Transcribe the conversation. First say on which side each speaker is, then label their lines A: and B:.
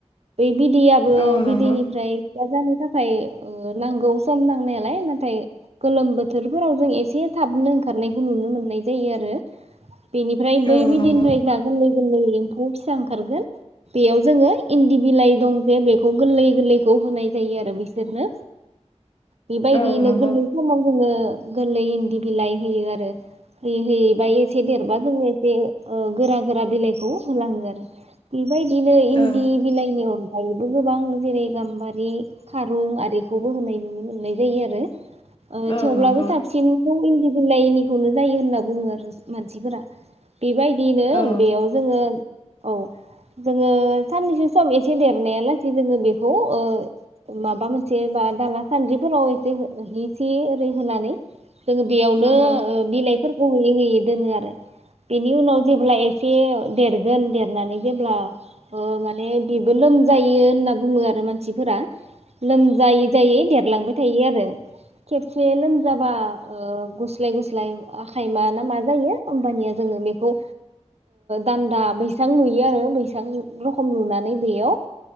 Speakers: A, on the right (about 65°); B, on the left (about 50°).
A: बे बिदै बो
B: औ
A: बिदैनिफ्राय
B: नंगौ
A: फिसा जानो थाख खाय ओ नांगौ सम नांनायालाय नाथाय गोलोम बोथोरफोराव जों एसे थाबनो ओंखारनायखौ नुनो मोननाय जायो आरो बेनिफ्राय बै
B: औ
A: बदिनिफ्राय
B: नंगौ
A: जा गोरलै गोरलै एम्फौ फिसा ओंखारगोन बेयाव जोंङो इन्दि बिलाइ दं जे बे खौ गोरलै गोरलैखौ होनाय जायो, आरो बिसोरनो बेबायदियैनो
B: औ नंगौ
A: गोरलै समाव जोंङो गोरलै इन्दि बिलाइ होयो आरो होयै होयै बा एसे देद बा जों एसे ओ गोरा गोरा बिलाइखौ होलांङो आरो बेबायदिनो इन्दि
B: औ
A: बिलाइनि अन‌ <unintelligible> बो गोबां जेरै गाम्बारि खारुं आरिखौबो होनाय नुनो मोननाय जायो आरो ओ
B: औ
A: थेवब्लाबो
B: नंगौ
A: साबसिनखौ इन्दि <unintelligible> निखौनो जायो होनना बुंङो आरो मानसिफोरा बेबायदिनो
B: औ
A: बेयाव जोंङो औ जोंङो साननैसो सम एसे देर नाया लासेै जोंङो बेखौ ओ माबा मोनसे बा दाला सान्द्रिफोराव एसे हि सि ओरै होनानै जोंङो बेयावनो
B: नंगौ
A: ओ बिलाइ फोरखौ होयै होयै दोनो आरो बेनि उनाव जेब्ला एसे देरगोन देरनानै जेब्ला ओ माने बेबो लोम जायो होनना बुङो आरो मानसिफोरा लोमजायै- जायै देरलांबाय थायो आरो खेबसे लोमजाबा गुस्लाय- गुस्लाय आखाइ मा ना मा जायो ओमबानिया जोङो बेखौ दान्दा बैसां लुयो, आरो बैसां रखम लुनानै <unintelligible>